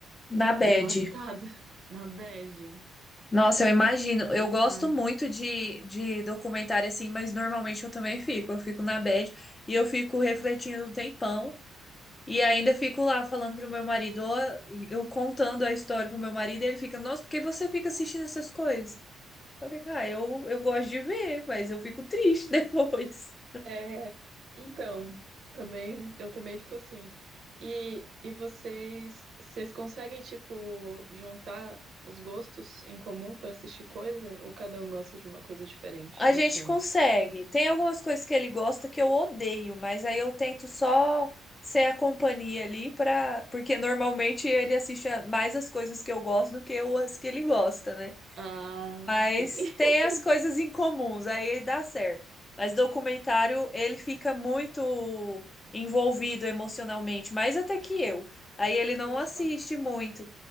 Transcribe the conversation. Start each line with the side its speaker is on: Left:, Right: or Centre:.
Left: Na bad.
Right: devastada, <laughs> na bad,
Left: Nossa, eu imagino. Eu
Right: coitada.
Left: gosto muito de, de documentário assim, mas normalmente eu também fico. Eu fico na bad e eu fico refletindo um tempão. E ainda fico lá falando pro meu marido, ó, eu contando a história pro meu marido, e ele fica, nossa, por que você fica assistindo essas coisas? Eu fico, ah, eu, eu gosto de ver, mas eu fico triste <laughs> depois.
Right: É, então, também eu também fico assim. E, e vocês, vocês conseguem tipo juntar os gostos em comum pra assistir coisa ou cada um gosta de uma coisa diferente
Left: A
Right: de
Left: gente
Right: filme?
Left: consegue. Tem algumas coisas que ele gosta que eu odeio, mas aí eu tento só ser a companhia ali para, porque normalmente ele assiste a- mais as coisas que eu gosto do que eu- as que ele gosta, né?
Right: Ah,
Left: Mas
Right: sim. <laughs>
Left: tem as coisas em comuns, aí dá certo. Mas documentário, ele fica muito envolvido emocionalmente, mais até que eu. Aí ele não
Right: Olha
Left: assiste
Right: só.
Left: muito,